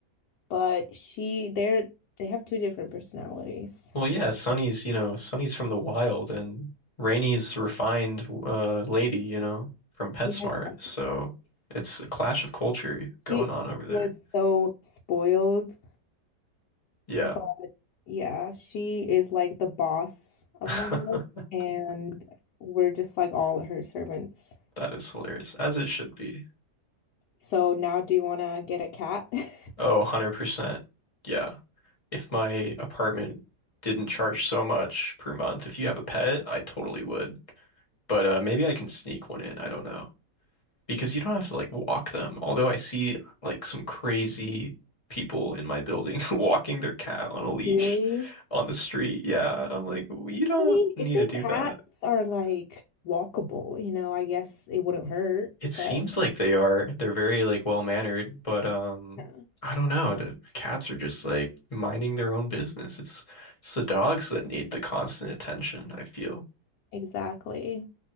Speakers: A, on the left; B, on the left.
A: but she they're they have two different personalities.
B: Well, yeah, Sunny's, you know, Sunny's from the wild and Rainy's refined uh lady, you know, from PetSmart.
A: Yeah, exactly.
B: So it's a clash of culture going
A: She
B: on over there.
A: was so spoiled,
B: Yeah.
A: but yeah, she is like the boss of
B: <laughs>
A: the house and we're just like all her servants.
B: That is hilarious, as it should be.
A: So now do you want to get a cat? <laughs>
B: Oh, 100%. Yeah. If my apartment didn't charge so much per month, if you have a pet, I totally would. But uh maybe I can sneak one in. I don't know. because you don't have to like walk them. Although I see like some crazy people in my building <laughs> walking their cat on a leash
A: Really?
B: on the street. Yeah, I'm like, we don't
A: I mean,
B: need
A: if their
B: to do
A: cats
B: that.
A: are like walkable, you know, I guess it wouldn't hurt,
B: It seems
A: but
B: like they are. They're very like well-mannered, but um
A: yeah,
B: I don't know. The cats are just like minding their own business. It's it's the dogs that need the constant attention, I feel.
A: exactly.